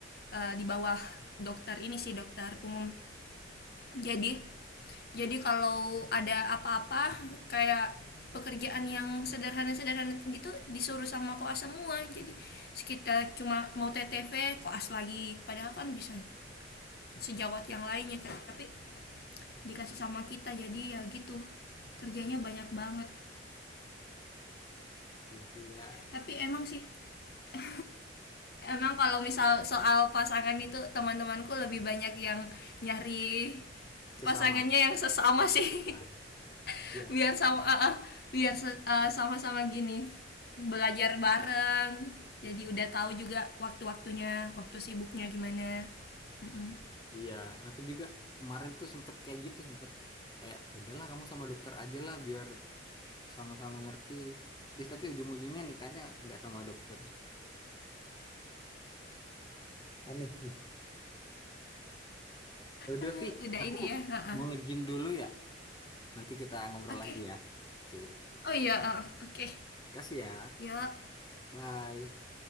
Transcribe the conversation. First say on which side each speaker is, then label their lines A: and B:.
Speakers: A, on the left; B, on the left.
A: eh, di bawah dokter ini sih dokter umum. Jadi Jadi kalau ada apa-apa kayak pekerjaan yang sederhana-sederhana gitu disuruh sama koas semua. Jadi sekitar cuma mau TTV koas lagi. Padahal kan bisa sejawat yang lainnya tapi dikasih sama kita jadi ya gitu kerjanya banyak banget
B: Iya sih ya
A: tapi emang sih <laughs> emang kalau misal soal pasangan itu teman-temanku lebih banyak yang nyari
B: sesama
A: pasangannya yang sesama sih
B: Nah,
A: <laughs>
B: iya
A: biar sama ah, ah, biar se- ah, sama-sama gini belajar bareng jadi udah tahu juga waktu-waktunya waktu sibuknya gimana Mm-mm.
B: iya aku juga kemarin tuh sempet kayak gitu sempet kayak "Ya udahlah kamu sama dokter aja lah biar sama-sama ngerti Dis, tapi ujung-ujungnya nikahnya nggak sama dokter aneh gitu. Ya udah
A: Ah,
B: Vi
A: udah
B: aku
A: ini ya ah,
B: mau
A: ah.
B: nge-gym dulu ya nanti kita ngobrol
A: oke okay.
B: lagi ya oke
A: oh iya ah, ah, oke okay.
B: makasih ya
A: ya
B: bye